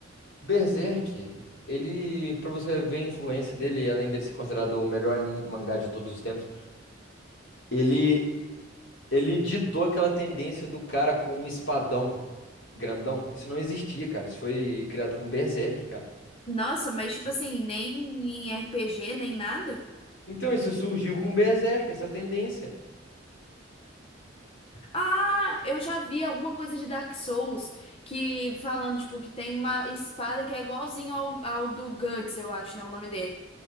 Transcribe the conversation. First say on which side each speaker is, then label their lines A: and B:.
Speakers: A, on the left (about 70°); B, on the left (about 30°).
A: Berserk, ele, pra você ver a influência dele, além dele ser considerado o melhor mangá de todos os tempos, ele, ele ditou aquela tendência do cara com um espadão grandão. Isso não existia, cara. Isso foi criado com Berserk, cara.
B: Nossa, mas tipo assim, nem em RPG, nem nada?
A: Então isso surgiu com Berserk, essa tendência.
B: Ah, eu já vi alguma coisa de Dark Souls que falando, tipo, que tem uma espada que é igualzinho ao, ao do Guts, eu acho, né? O nome dele.